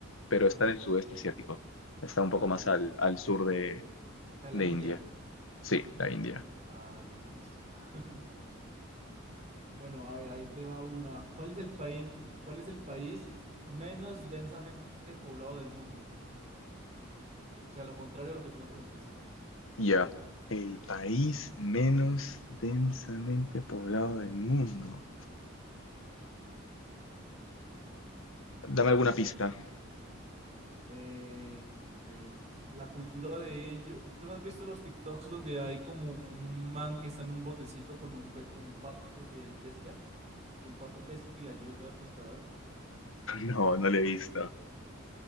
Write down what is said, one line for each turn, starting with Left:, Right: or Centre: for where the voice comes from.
Left: pero está en el sudeste asiático. Está un poco
Right: Ah,
Left: más al, al sur de,
Right: o sea, la
Left: de
Right: India.
Left: India. Sí, la India.
Right: Ah, listo, listo. <laughs> Bueno, a ver, ahí te va una. ¿Cuál es el país, cuál es el país menos densamente poblado del mundo? O sea, lo contrario a lo que tú me preguntas.
Left: Ya. El país menos densamente poblado del mundo. Dame alguna pista. <laughs>
Right: Eh, la cultura de ello. ¿Tú no has visto los TikToks donde hay como un man que está en un botecito con un, pe- con un pato que él pesca? Que el pato pesca y le ayuda al pescador.
Left: No, no le he visto.